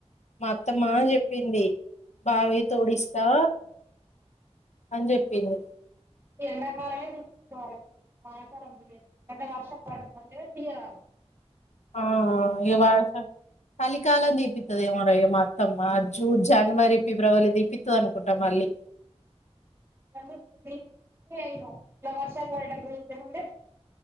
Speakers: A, on the left (about 85°); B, on the right (about 20°).
A: మా అత్తమ్మా చె ప్పింది బావి తోడిస్తా అని చెప్పింది
B: ఈ ఎండాకాలమే <inaudible> వానాకాలం అంటే వర్షం పడుతుంటే తీయరా
A: ఆ ఆ ఆ ఇగ వర్షం చళికాలం తీపి త్తదేమోర ఇగ మా అత్తమ్మ జూన్ జాన్వరి ఫిబ్రవరిల తీపిత్తదనుకుంటా మళ్లీ
B: <inaudible> ఏం కాదు ఈగ వర్షాలు పడేటప్పుడు కూడా